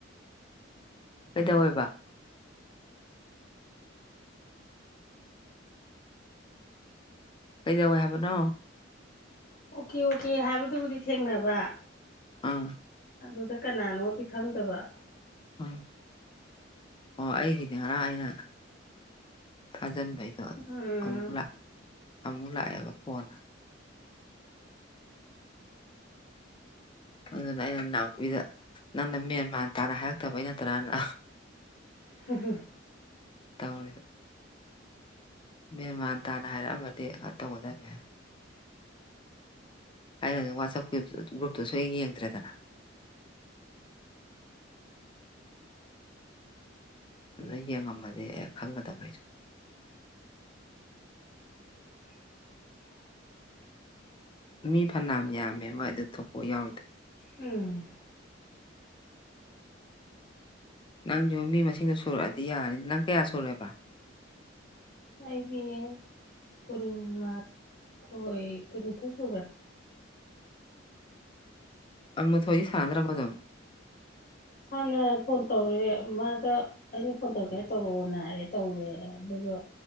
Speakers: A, on the left; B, on the left.
A: ꯀꯩꯗꯧꯋꯕ ꯀꯩꯗꯧꯋꯦ ꯍꯥꯏꯕꯅꯣ
B: ꯑꯣꯀꯦ ꯑꯣꯀꯦ ꯍꯥꯏꯕꯗꯨꯕꯨꯗꯤ ꯊꯦꯡꯅꯕ
A: ꯑꯥ
B: ꯑꯗꯨꯗ ꯀꯅꯥꯅꯣꯗꯤ ꯈꯪꯗꯕ
A: ꯑꯣꯝ ꯑꯣ ꯑꯩꯒꯤꯗꯤ ꯉꯔꯥꯡ ꯑꯩꯅ ꯊꯥꯖꯟ ꯑꯩꯗꯣ
B: ꯎꯝ
A: ꯑꯃꯨꯛ ꯂ ꯑꯃꯨꯛ ꯂꯥꯛꯑꯦꯕ ꯐꯣꯟꯅ ꯑꯗꯨꯅ ꯑꯩꯅ ꯅꯥꯎꯄꯤꯗ ꯅꯪꯅ ꯃꯦꯟꯃꯥꯟ ꯇꯥꯅ ꯍꯥꯏꯔꯛꯇꯕ ꯑ ꯅ ꯇꯔꯥꯅ
B: ꯍ ꯍꯣ
A: ꯇꯥꯃꯔꯤ ꯃꯦꯦꯟ ꯃꯥꯟ ꯇꯥꯅ ꯍꯥꯏꯔꯛꯑꯃꯗꯤ ꯉꯩꯅ ꯇꯧꯒꯗꯕꯅꯤꯅꯦ ꯍꯥꯏꯅ ꯋꯥꯆꯞ ꯒ꯭ꯔꯨꯞꯇꯨꯁꯨ ꯍ ꯌꯦꯡꯗ꯭ꯔꯦꯗꯅ ꯑꯗꯨ ꯌꯦꯡꯉꯝꯃꯗꯤ ꯑꯦ ꯈꯪꯒꯗꯕꯩꯁꯨ
B: <unintelligible>
A: ꯃꯤ ꯐꯅꯌꯥꯝ ꯌꯥꯝꯃꯦ ꯃꯣꯏ ꯑꯗꯨ ꯊꯣꯛꯄ ꯌꯥꯎꯋꯤꯗꯣ
B: ꯎꯝ
A: ꯅꯪꯁꯨ ꯃꯤ ꯃꯁꯤꯡꯗꯣ ꯁꯨꯔꯛꯑꯗꯤ ꯌꯥꯔꯅꯤ ꯅꯪ ꯀꯌꯥ ꯁꯨꯔꯦꯕ
B: ꯑꯩꯒꯤ ꯀꯨꯟꯃꯥꯊꯣꯏ ꯀꯨꯟꯅꯤꯊꯣꯏ ꯁꯨꯕ꯭ꯔꯥ
A: ꯎꯝ ꯃꯊꯣꯏꯗꯤ ꯁꯥꯟꯅꯗ꯭ꯔ ꯃ ꯑꯗꯨꯝ
B: ꯁꯥꯅ ꯐꯣꯟ ꯇꯧꯔꯛꯑꯦ ꯃꯥꯗ ꯑꯩꯅ ꯐꯣꯟ ꯇꯧꯔꯛꯀꯦ ꯇꯧꯔꯛꯑꯣ ꯔꯦ ꯇꯧꯔꯦ ꯑꯗꯨꯗꯣ